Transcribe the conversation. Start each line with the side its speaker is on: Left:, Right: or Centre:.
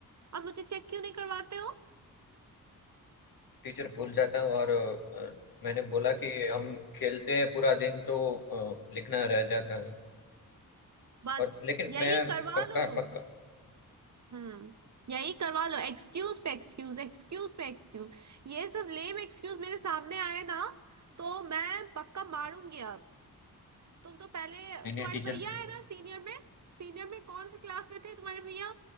Right: और मुझे चेक क्यों नहीं करवाते हो
Left: टीचर भूल जाता हूँ और अ, मैंने बोला कि हम खेलते हैं पूरा दिन तो अ, लिखना रह जाता है
Right: बस
Left: और लेकिन
Right: यही
Left: मैं
Right: करवा
Left: पक्का
Right: लो तुम
Left: पक्का
Right: हम्म यही करवा लो एक्सक्यूज पे एक्सक्यूज एक्सक्यूज पे एक्सक्यूज ये सब लेम एक्सक्यूज मेरे सामने आए ना तो मैं पक्का मारूंगी अब तुम तो पहले तुम्हारे
Left: टीचर
Right: भैया है ना सीनियर में सीनियर में कौन से क्लास में थे तुम्हारे भैया